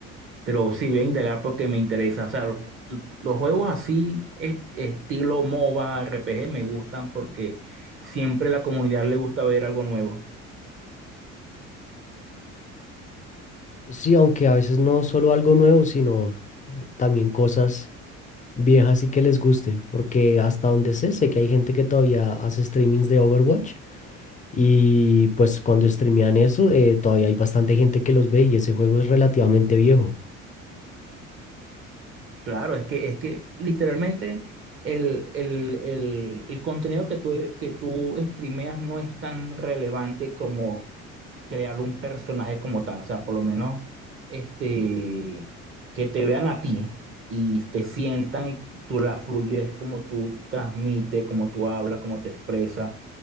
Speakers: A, on the right; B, on the left.
A: Pero sí voy a indagar porque me interesa, o sea, lo- los juegos así, es- estilo MOBA, RPG, me gustan porque siempre la comunidad le gusta ver algo nuevo.
B: Sí, aunque a veces no solo algo nuevo, sino también cosas viejas y que les guste, porque hasta donde sé, sé que hay gente que todavía hace streamings de Overwatch y pues cuando streamean eso, eh, todavía hay bastante gente que los ve y ese juego es relativamente viejo.
A: Claro, es que, es que literalmente el, el- el- el contenido que tú, que tú streameas no es tan relevante como crear un personaje como tal. O sea, por lo menos este, que te vean a ti y te sientan y tú la fluyes, como tú transmites, como tú hablas, como te expresas